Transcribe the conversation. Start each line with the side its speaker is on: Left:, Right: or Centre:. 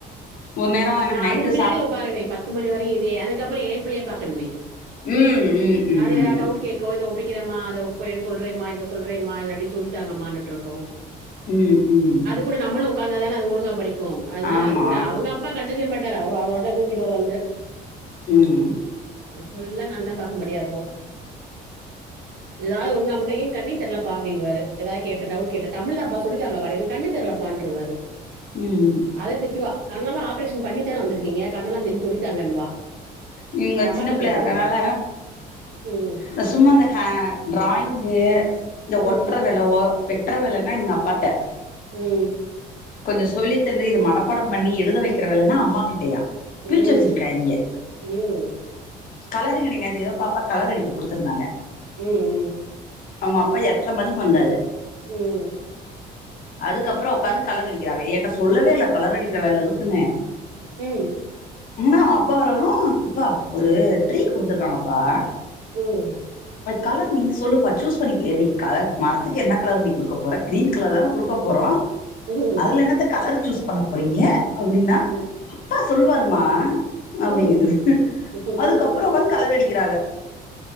Left: ஒரு நேரோ எனக்கு
Right: நா
Left: நைட்டு
Right: அதுக்கு பின்னாடி
Left: சாப்
Right: உக்காருவே பத்து மணி வரையு‌ இதே அதுக்கப்றோ ஏம் புள்ளய பாக்கனுமே
Left: ம் ம் ம்
Right: அது எதா டவுட் கேக்கு இத ஒ ப்பிக்கிறேமா அத போயிடு சொல்றேமா இத சொல்றேமா இல்லாட்டி சொல்லித்தாங்கம்மான்னுட்ருக்கு
Left: ம் ம்
Right: கூட நம்மளு உக்காந்தா தானே அது ஒழுங்கா படிக்கு அதுனால
Left: ஆமா
Right: அது கூட அவுங்க அ ப்பா கண்டுக்கவே மாட்டாரு அவரு அவரு வாட்ல தூங்கிருவாரு வந்து
Left: ம்
Right: இது ஃபுல்லா நாந்தா பாக்கும்படியா இருக்கு எதாது ஒன்னா மட்டு ஏ கண்ணே தெர்லப்பா அப்டின்னுவாரு எதா கேட்டா டவுட் கேட்டா தமிழ் தாம்ப்பா சொல்லித்தாங்கப்பா எனக் கண்ணு தெர்லப்பான்ருவாரு
Left: ம்
Right: அதே திட்டுவா கண்ணல்லா ஆப்ரேஷன் பண்ணித்தான வந்துருக்கீங்க கண்ணெல்லா தெரியு சொல்லித்தாங்கன்னுவா
Left: இவுங்க
Right: "உங்க அம்மாட்ட
Left: சின்ன பிள்ளையா
Right: போய் கேளு."
Left: இருக்கனால
Right: ம்.
Left: ந சும்மா இந்த ஹ டிராயிங்கு இந்த
Right: ம்.
Left: ஒட்றதெ ன்னவோ வெட்ற வேலன்னா இவுங்க அப்பாட்ட
Right: ம்
Left: கொஞ்சொ சொல்லி தந்து இது மனப்பாடம் பண்ணி எழுத வைக்கிற வேலன்னா அம்மா கிட்டயா பிரிச்சு
Right: ம்
Left: வச்சிருக்காய்ங்க
Right: ம்
Left: கலருங்கனி நேத்து எதோ பாப்பாக் கலர் அடிக்க குடுத்துருந்தாங்க
Right: ம். ம்.
Left: அவுங்க அப்பா எட்ர மணிக்கு வந்தாரு
Right: உம்
Left: அதுக்கப்பறோ ஒக்காந்து கலர் அடிக்குறாரு என்ட்ட சொல்லவே இல்ல கலர் அடிக்குற வேல இருக்குன்னே
Right: உம்
Left: இவனு அவ அப்பா வரவு அப்பா ஒரு ட்ரீ குடுத்துருக்காங்கப்பா
Right: உம்
Left: கலர் நீங்க சொல்லுப்ப சூஸ் பண்ணி நீ ஏன்டி மரத்துக்கு என்ன கலர்டி நீ குடுக்க போற கிரீன் கலர் தான குடுக்க போறோ
Right: ம்.
Left: அதுல என்னத்த கலர் சூஸ் பண்ண போறீங்க அப்டின்னா
Right: ம்.
Left: அப்பா சொல்லுவாருமா
Right: ம்.
Left: அப்டிங்குது
Right: ம்.
Left: அதுக்கப்றோ ஒக்காந்து கலர் அடிக்குறாக